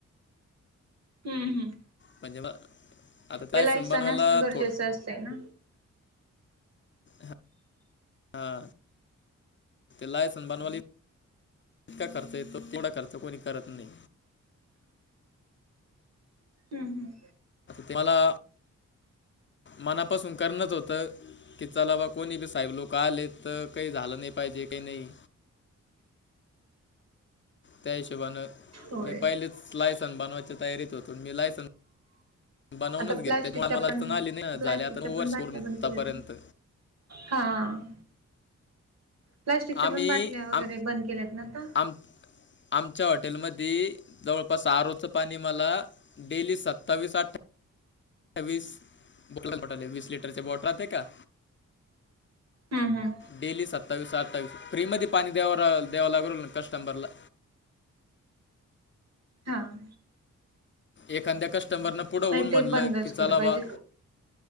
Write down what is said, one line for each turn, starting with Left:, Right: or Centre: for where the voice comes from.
Right: हम्म हम्
Left: म्हणजे मग आता
Right: ते लायसन
Left: बनवायला
Right: असणं गरजेचं
Left: थोड
Right: असतंय ना.
Left: ह, हां, ते लायसन बनवाली. इतका खर्च येतो थोडा खर्च कोणी करत नाही.
Right: हम हम.
Left: ते मला. मनापासून करणच होतं, की चला बा, कोणी बी साहेब लोकं आलेत तर काही झालं नाही पाहिजे, की नाही त्या हिशोबानं
Right: होय.
Left: मी पहिलेच लायसन बनवायच्या तयारीत होतो. अनं मी लायसन बनवूनच
Right: आता
Left: गेलो
Right: प्लॅस्टिकच्या
Left: त्याच्यामुळे मला
Right: पण,
Left: अडचण आली नाही ना, झाले
Right: प्लॅस्टिकच्या
Left: आता नऊ
Right: पण
Left: वर्ष
Right: बाटल्या
Left: पूर्ण आतापर्यंत
Right: बंद केल्यात. हां, प्लॅस्टिकच्या
Left: आम्ही
Right: पण बाटल्या वगैरे
Left: आम
Right: बंद केल्यात ना, आता.
Left: आम, आमच्या हॉटेलमधी जवळपास आरओच पाणी मला डेली सत्तावीस, अठ्ठा वीस बॉटल, बॉटल आहे. वीस लिटरचे बॉटल राहते का?
Right: हम्म हम्म
Left: डेली सत् तवीस, अठ्ठावीस फ्री मध्ये पाणी देवराल, द्यावालागलना कस्टमर ला.
Right: हां.
Left: एखांद्या कस्टमरनं पुढं होऊन
Right: नाही
Left: म्हणलं,
Right: ते बंदच
Left: की चला
Right: केलं
Left: बा
Right: पाहिजे